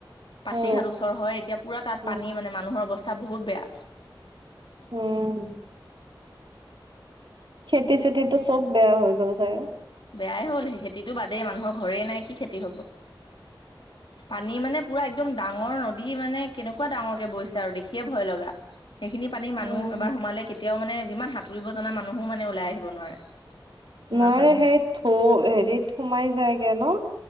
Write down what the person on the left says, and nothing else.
পাচি
ঘাট ওচৰ হয় এতিয়া পুৰা তাত
পানী মানে মানুহৰ অৱস্থা বহুত বেয়া
বেয়াই হ'ল সেই খেতিতটো বাদেই মানুহৰ ঘৰেই নাই কি খেতি হব
পানী মানে পুৰা একদম ডাঙৰ নদী মানে কেনেকুৱা ডাঙৰকে বৈছে আৰু দেখিয়ে ভয় লগা সেইখিনি পানী
মানুহ এবাৰ সোমালে কেতিয়াও মানে যিমান সাঁতুৰিব জনা মানুহো মানে ওলাই আহিব নোৱাৰে ইমান
পানী হৈছে